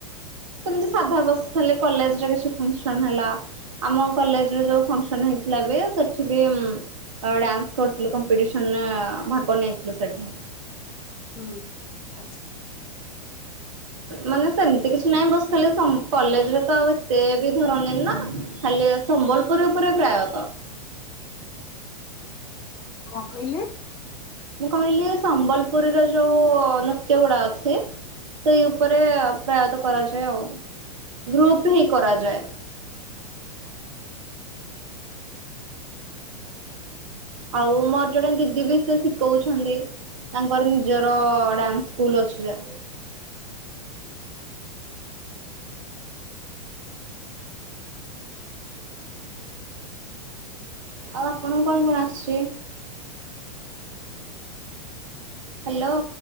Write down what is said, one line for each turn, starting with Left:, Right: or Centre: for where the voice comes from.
Right: ସେମିତି ସାଧା ବାସ ଖାଲି କଲେଜରେ କିଛି ଫଙ୍କସନ ହେଲା ଆମ କଲେଜ ର ଯୋଉ ଫଙ୍କସନ ହେଇଥିଲା ବି ସେଠି ବି ଡ୍ୟାନ୍ସ କରୁଥିଲୁ କମ୍ପିଟିସନରେ ଭାଗ ନେଇଥିଲୁ ସେଠି
Left: ହୁଁ ଆଚ୍ଛା।
Right: ମାନେ ସେମିତି କିଛି ନାହିଁ ବସିଥିଲି ସ କଲେଜରେ ତ ଆଉ ଏତେ ବି ଧରନ୍ତିନି ନା। ଖାଲି ସମ୍ବଲପୁରୀ ଉପରେ ପ୍ରାୟତ।
Left: କଣ କହିଲେ?
Right: ମୁଁ କହିଲି ସମ୍ବଲପୁରୀର ଯୋଉ ନୃତ୍ୟ ଗୁଡା ଅଛି। ସେଇ ଉପରେ ପ୍ରାୟତଃ କରାଯାଏ ଆଉ, ଗ୍ରୁପ ହିଁ କରାଯାଏ। ଆଉ ମୋର ଜଣେ ଦିଦି ବି ସେ ଶିଖଉଛନ୍ତି। ତାଙ୍କର ନିଜର ଡ୍ୟାନ୍ସ ସ୍କୁଲ ଅଛି ଯା। ଆଉ ଆପଣଙ୍କୁ କଣ କଣ ଆସୁଛି? ହ୍ୟାଲୋ।